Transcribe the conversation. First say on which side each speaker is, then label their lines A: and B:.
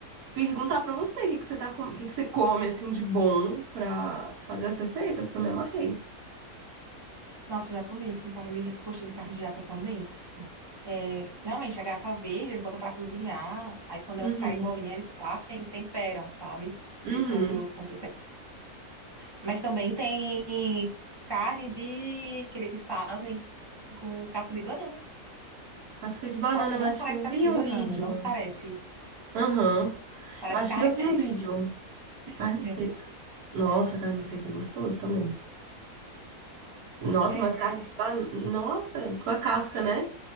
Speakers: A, on the right; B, on the right.
A: perguntar pra você o que que você tá, com- o que que você come assim de bom pra fazer as receitas que eu me amarrei.
B: nossa, eu já comi com carne de, coxinha com carne de jaca também. É, realmente, a graca verde, eles botam pra cozinhar, aí quando
A: Uhum.
B: elas ficarem molinhas, eles partem e temperam, sabe?
A: Uhum.
B: Tipo, com certeza. Mas também tem carne de, que eles fazem com casca de banana.
A: Casca de banana,
B: Nossa,
A: eu
B: não
A: acho
B: parece
A: que eu vi
B: casca de
A: um
B: banana,
A: vídeo.
B: não parece.
A: Aham.
B: Parece
A: Eu acho
B: carne
A: que eu
B: seca.
A: vi um vídeo.
B: <laughs>
A: Carne seca. Nossa, carne seca é gostoso também. Nossa,
B: É.
A: mas carne de banana. Nossa, com a casca, né?